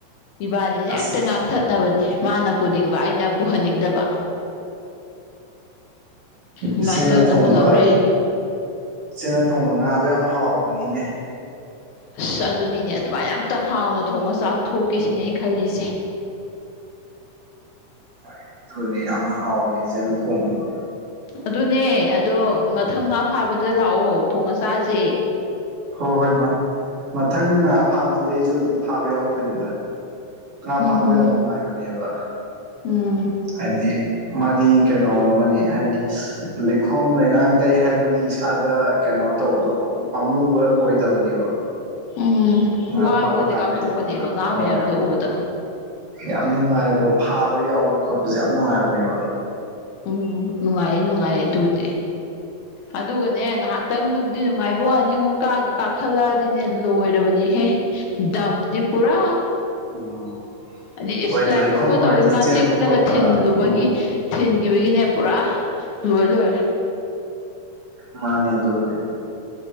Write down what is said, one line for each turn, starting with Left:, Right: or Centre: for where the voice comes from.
Left: ꯏꯕꯥꯅꯤꯅ
Right: ꯑꯁ
Left: ꯍꯦꯛꯇ ꯉꯥꯡꯊꯠꯅꯕꯅꯤ ꯃꯥꯅ ꯄꯨꯅꯤꯡꯕ ꯑꯩꯅ ꯄꯨꯍꯟꯅꯤꯡꯗꯕ ꯑꯗꯨꯃꯥꯏꯅ
Right: ꯏꯆꯦꯅ
Left: ꯇꯧꯗꯅ
Right: ꯊꯣꯡꯕ
Left: ꯑꯃꯨꯛ ꯂꯧꯔꯦ
Right: ꯏꯆꯦꯅ ꯊꯣꯡꯕ ꯉꯥꯗꯣ ꯌꯥꯝ ꯍꯥꯎꯕꯅꯤꯅꯦ
Left: ꯑꯁ ꯑꯗꯨꯅꯤꯅꯦ ꯑꯗꯨꯃꯥꯏꯅ ꯑꯝꯇꯪ ꯍꯥꯎꯅ ꯊꯣꯡꯉ ꯆꯥꯊꯣꯛꯀꯦ ꯁꯤꯅꯦ ꯑꯩꯅ ꯈꯜꯂꯤꯁꯦ
Right: ꯍꯣꯏ ꯑꯗꯨꯅꯦ ꯌꯥꯝꯅ ꯍꯥꯎꯕꯅꯤ ꯏꯖꯦꯅ ꯊꯣꯡꯕꯗꯣ
Left: ꯑꯗꯨꯅꯦ ꯑꯗꯣ ꯃꯊꯪ ꯉꯥ ꯐꯥꯕꯗ ꯂꯥꯛꯑꯣ ꯊꯣꯡ ꯑꯆꯥꯁꯦ
Right: ꯍꯣꯏ ꯍꯣꯏ ꯃꯊꯪ ꯐꯥꯕꯗꯨꯗꯤ ꯑꯩꯁꯨ ꯑꯗꯨꯝ ꯐꯥꯕ ꯌꯥꯎꯗꯣꯏꯅꯤꯗ ꯉꯥ
Left: ꯎꯝ
Right: ꯐꯥꯕꯗꯣ ꯌꯥꯝ ꯅꯨꯡꯉꯥꯏꯕꯅꯦꯕ
Left: ꯎꯝ
Right: ꯍꯥꯏꯕꯗꯤ ꯃꯥꯗꯤ ꯀꯩꯅꯣ ꯑꯃꯅꯤꯅꯦ ꯍꯥꯏꯗꯤ ꯂꯩꯈꯣꯝ ꯂꯩꯅꯥꯡ ꯇꯩ ꯍꯥꯏꯕꯒꯤ ꯏꯁꯥꯗ ꯀꯩꯅꯣ ꯇꯧꯕꯗꯣ ꯄꯥꯝꯃꯨꯕ ꯑꯣꯏꯗꯕꯅꯦꯕ
Left: ꯎꯝ
Right: ꯉ
Left: ꯋꯥꯕꯒꯗꯤ
Right: ꯐꯕ ꯀꯥꯟꯗ
Left: ꯀꯥꯎꯊꯣꯛꯄꯅꯦꯕ
Right: ꯌꯥꯝꯅ
Left: ꯉꯥ
Right: ꯍꯣꯏ
Left: ꯃꯌꯥꯝꯗꯣ ꯎꯕꯗ
Right: ꯌꯥꯝ ꯅꯨꯡꯉꯥꯏꯕ ꯐꯥꯕ ꯌꯥꯎꯕ ꯈꯣꯠꯄꯁꯦ ꯌꯥꯝ ꯅꯨꯡꯉꯥꯏꯕꯅꯦꯕ
Left: ꯎꯝ ꯅꯨꯡꯉꯥꯏꯌꯦ ꯅꯨꯡꯉꯥꯏꯌꯦ ꯑꯗꯨꯕꯨꯗꯤ
Right: ꯑ
Left: ꯑꯗꯨꯒꯅꯦ ꯉꯥꯏꯍꯥꯛꯇꯪꯗꯨꯕꯨꯗꯤ ꯅꯨꯡꯉꯥꯏꯕ ꯍꯅꯤꯉꯣ ꯀꯥꯑꯒ ꯀꯥꯈꯠꯂꯛꯑꯗꯤꯅꯦ ꯂꯣꯏꯔꯕꯅꯦꯍꯦ ꯗꯝꯗꯤ ꯄꯨꯔꯥ
Right: ꯎꯝ
Left: ꯑꯗꯩ ꯏꯁ
Right: ꯍꯣꯏꯅꯦ
Left: ꯂꯥꯏꯍꯧꯒ
Right: ꯂꯩꯈꯣꯝ ꯃꯔꯛꯇ
Left: ꯇꯧꯋꯦ ꯉꯥꯆꯤꯛꯅꯒ
Right: ꯆꯦꯟꯕ ꯈꯣꯠꯄ
Left: ꯊꯤꯟꯂꯨꯕꯒꯤ
Right: ꯎꯝ
Left: ꯊꯤꯟꯈꯤꯕꯒꯤꯅꯦ ꯄꯨꯔꯥ ꯂꯣꯏ ꯂꯣꯏꯔꯦ
Right: ꯃꯥꯅꯦ ꯑꯗꯨꯕꯨꯗꯤ